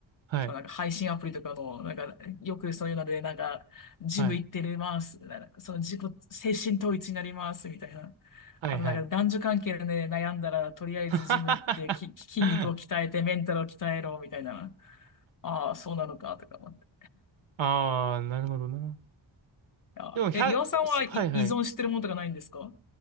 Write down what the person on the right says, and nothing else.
はい、
はい、
はい、
はい。
<laughs>
ああ、なるほどな。
でも、ひゃ…
すはい、はい。